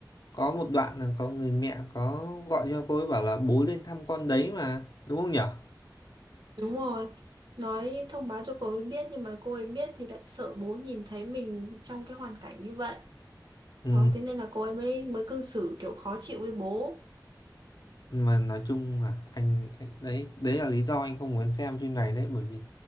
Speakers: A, on the left; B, on the right.
A: có một đoạn là có người mẹ có gọi cho cô ấy bảo là bố lên thăm con đấy mà đúng không nhở
B: Đúng rồi, nói thông báo cho cô ấy biết nhưng mà cô ấy biết thì lại sợ bố nhìn thấy mình trong cái hoàn cảnh như vậy.
A: ừ.
B: Đó, thế nên là cô ấy mới mới cư xử kiểu khó chịu với bố.
A: mà nói chung là anh, anh đấy đấy là lý do anh không muốn xem phim này đấy bởi vì